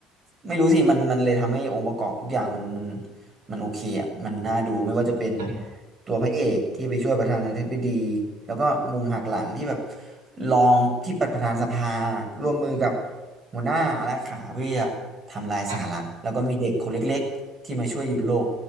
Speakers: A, on the right (about 35°); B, on the right (about 85°).
A: ไม่รู้สิมันมันเลยทำให้องค์ประกอบทุกอย่างมันมันมันโอเคอ่ะมันน่าดูไม่ว่าจะเป็น
B: เออ
A: ตัวพระเอกที่ไปช่วยประธานาธิบดีแล้วก็มุมหักหลังที่แบบรองที่ประประธานสภาร่วมมือกับหัวหน้าและขาเพื่อทำลายสหรัฐแล้วก็มีเด็กคนเล็กๆที่มาช่วยหยุดโลก
B: อ่ะ